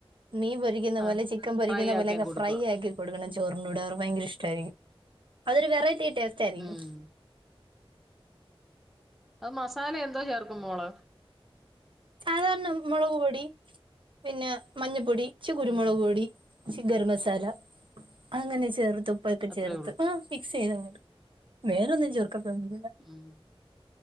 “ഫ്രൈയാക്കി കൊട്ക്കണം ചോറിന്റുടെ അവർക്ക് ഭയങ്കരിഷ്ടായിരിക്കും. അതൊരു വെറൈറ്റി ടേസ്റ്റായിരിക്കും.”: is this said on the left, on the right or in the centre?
Right